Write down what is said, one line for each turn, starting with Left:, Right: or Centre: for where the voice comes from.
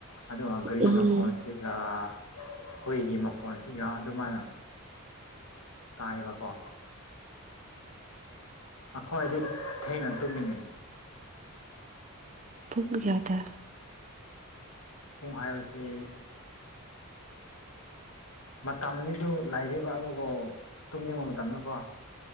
Left: ꯑꯗꯨꯒ ꯒꯔꯤ
Right: ꯎꯝ
Left: ꯃꯈꯣꯟ ꯑꯗꯨꯒ ꯍꯨꯏꯒꯤ ꯃꯈꯣꯟꯁꯤꯒ ꯑꯗꯨꯃꯥꯏꯅ ꯇꯥꯏꯌꯦꯕꯀꯣ ꯑꯩꯈꯣꯏꯗꯤ ꯊꯦꯡꯅ ꯇꯨꯝꯃꯤꯅꯦ
Right: ꯄꯨꯡ ꯀꯌꯥꯗ
Left: ꯄꯨꯡ ꯍꯥꯏꯕꯁꯤ ꯃꯇꯝꯗꯤ ꯁꯤꯁꯨ ꯂꯥꯏꯔꯤꯛ ꯄꯥꯕꯕꯨ ꯇꯨꯝꯅꯤꯡꯕ ꯃꯇꯝꯅꯤꯀꯣ